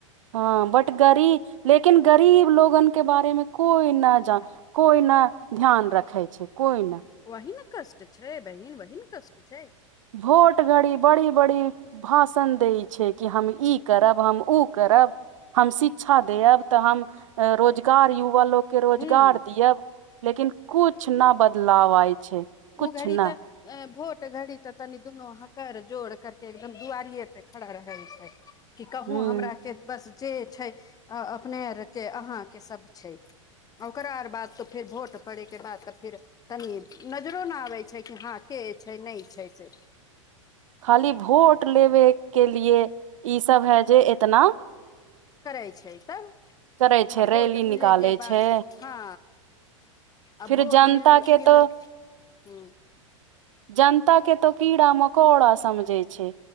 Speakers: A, on the right; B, on the left.
A: हँ बट गरी लेकेक लेकिन गरीब लोगन के बारे मे कोई न ज कोई न ध्यान रखे छै कोइ नहि
B: वही ने कष्ट छै बहिन बहिन कष्ट छै
A: भोट घड़ी बड़ी बड़ी भाषण दै छै कि हम ई करब हम ओ करब हम शिक्षा देब तऽ हम रोजगार गाड़ी वला युवा लोकके रोजगार
B: हूँ
A: दियौ लेकिन कुछ कछ न बदलाव आय छै किुछ
B: ओ घड़ी
A: न
B: तऽ भोट घड़ी तऽ तनि दुनू हकर जोड़ करके एकदम दुआरिए पे खड़ा रहै छै क कहुँ
A: ह
B: हमरा के बस जे छै अपने आर के अहााँके सब छै ओकरा आर बाद तऽ फेर भोट पड़े के बाद तऽ फेर तनी नजरो नहि आबै छै कि हँ के छै नहि छै से
A: खाली भोट लेबे के लिए ई सब है जे इतना
B: करै छै तब
A: करै छै
B: आ भोट
A: रैली
B: मिले
A: निकालै
B: के बाद
A: छै
B: हँ आ
A: फिर
B: भोट
A: जनता
B: मिल
A: के
B: मिलल
A: तो
B: ह
A: जनता के तो कीड़ा मकोड़ा समझे छै